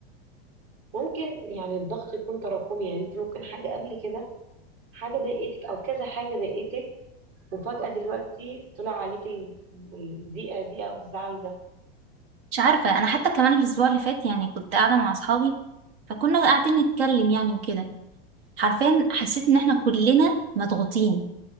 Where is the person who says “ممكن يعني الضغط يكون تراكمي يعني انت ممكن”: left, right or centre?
Right